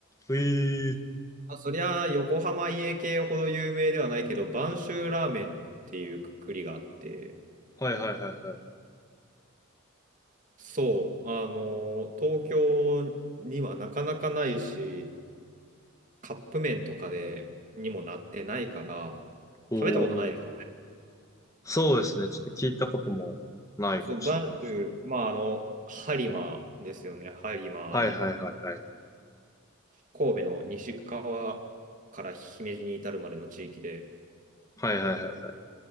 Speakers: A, on the left; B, on the right.
A: えー。
B: まあ、そりゃ横浜家系ほど有名ではないけど、播州ラーメンっていうくくりがあって、
A: はいはいはいはい。
B: そう、あのー東京にはなかなかないし、カップ麺とかでにもなってないから、
A: お
B: 食べたことないです。
A: ー。そうですね。ちょっと聞いたこともないかもしれないですね。
B: そう、播州、まああの、播磨ですよね、播磨。
A: はいはいはいはい。
B: 神戸の西川から姫路に至るまでの地域で、
A: はいはいはい。